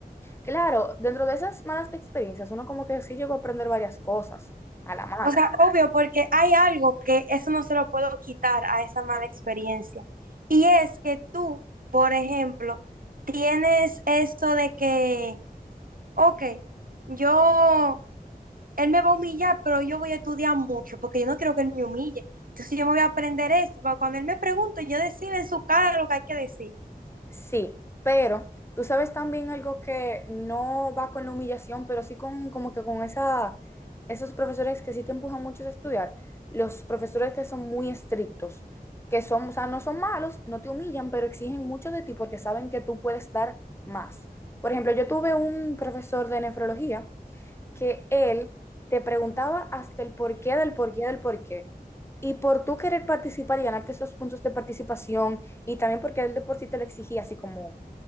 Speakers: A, on the left; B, on the right.
A: claro, dentro de esas malas experiencias, uno como que sí llegó a aprender varias cosas a la mala.
B: O sea, obvio, porque hay algo que eso no se lo puedo quitar a esa mala experiencia. Y es que tú, por ejemplo, tienes eso de que, ok, yo, él me va a humillar, pero yo voy a estudiar mucho porque yo no quiero que él me humille. Entonces yo me voy a aprender esto para cuando él me pregunte, yo decirle en su cara lo que hay que decir.
A: Sí, pero tú sabes también algo que no va con la humillación, pero sí con como que con esa, esos profesores que sí te empujan mucho a estudiar, los profesores que son muy estrictos, que son, o sea, no son malos, no te humillan, pero exigen mucho de ti porque saben que tú puedes dar más. Por ejemplo, yo tuve un profesor de nefrología que él te preguntaba hasta el porqué del porqué del porqué. Y por tú querer participar y ganarte esos puntos de participación, y también porque él de por sí te lo exigía, así como